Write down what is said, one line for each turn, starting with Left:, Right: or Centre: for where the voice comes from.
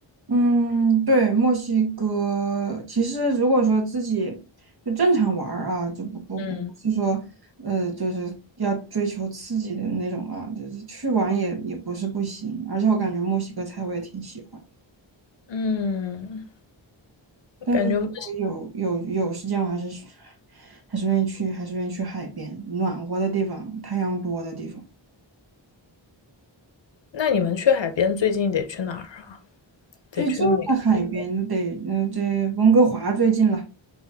Right: 嗯，对，墨西哥其实如果说自己就正常玩儿啊，就不不不是说呃就是要追求刺激的那种啊，
Left: 嗯
Right: 就是去玩也也不是不行，而且我感觉墨西哥菜我也挺喜欢。
Left: 嗯，
Right: 但是如果有有有时间，
Left: 感觉墨西，
Right: 我还是去还是愿意去，还是愿意去海边，暖和的地方，太阳多的地方。
Left: 那你们去海边最近得去哪儿啊？得去美国，
Right: 最近的海边得，呃，这温哥华最近了。